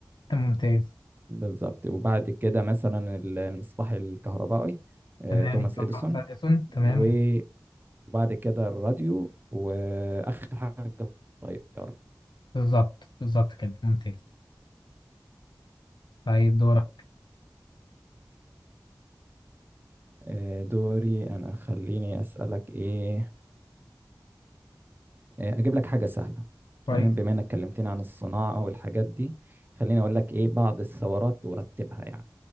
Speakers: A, on the left (about 90°); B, on the right (about 25°).
A: أنت ممتاز
B: بالظبط وبعد كده مثلا ال- المصباح الكهربائي آه،
A: تمام
B: توماس
A: يعطى
B: إديسون
A: مثلا إيسون
B: و-
A: تمام
B: وبعد كده الراديو وآخر حاجة الطيارة
A: بالظبط بالظبط كده ممتاز طيب دورك
B: آه، دوري أنا خليني أسألك إيه آه، أجيب لك حاجة سهلة
A: كويس
B: تمام بما إنك كلمتني عن الصناعة والحاجات دي خليني أقول لك إيه بعض الثورات ورتبها يعني